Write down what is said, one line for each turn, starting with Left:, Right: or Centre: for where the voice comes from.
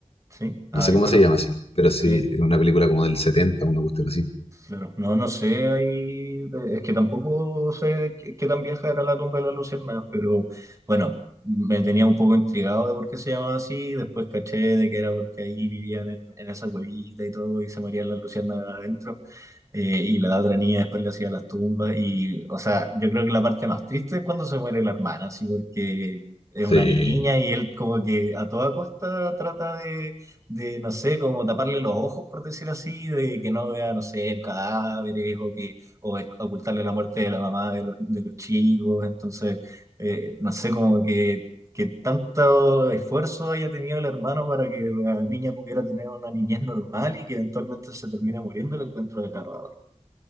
Right: Sí, ah,
Left: No sé cómo
Right: y bueno,
Left: se llama así, pero sí,
Right: sí.
Left: es una película como del 70, una cuestión así.
Right: Claro, no, no sé, ahí, eh, es que tampoco sé qué, qué tan vieja era la tumba de las luciérnagas, pero bueno, me tenía un poco intrigado de por qué se llamaba así, después caché de que era porque ahí vivían en, en esa cuevita y todo, y se morían las luciérnagas adentro eh, y la otra niña después le hacía las tumbas y, o sea, yo creo que la parte más triste es cuando se muere la hermana, así porque es
Left: Sí.
Right: una niña y él como que a toda costa trata de, de, no sé, como taparle los ojos, por decir así, de que no vea, no sé, cadáveres o que o es- ocultarle la muerte de la mamá de los, de los chicos, entonces, eh, no sé, como que... que tanto esfuerzo haya tenido el hermano para que la niña pudiera tener una niñez normal y que eventualmente se termine muriendo, lo encuentro desgarrador.